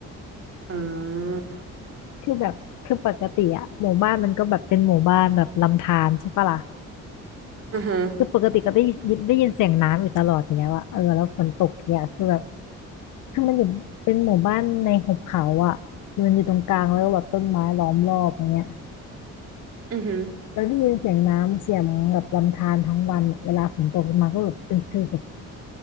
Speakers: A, on the right (about 50°); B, on the left (about 80°).
A: อ่า
B: คือแบบคือปกติอะหมู่บ้านมันก็แบบเป็นหมู่บ้านแบบลำธารใช่ปะล่ะ
A: อือฮึ
B: คือปกติก็ได้ยินได้ยินเสียงน้ำอยู่ตลอดอยู่แล้วอะเออแล้วฝนตกเนี่ยคือแบบคือมันอยู่เป็นหมู่บ้านในหุบเขาอะมันอยู่ตรงกลางแล้วก็แบบต้นไม้ล้อมรอบอย่างเงี้ย
A: อือฮึ
B: แล้วได้ยินเสียงน้ำเสียงแบบลำธารทั้งวันอะเวลาฝนตกมาก็แบบเป็นคือแบบ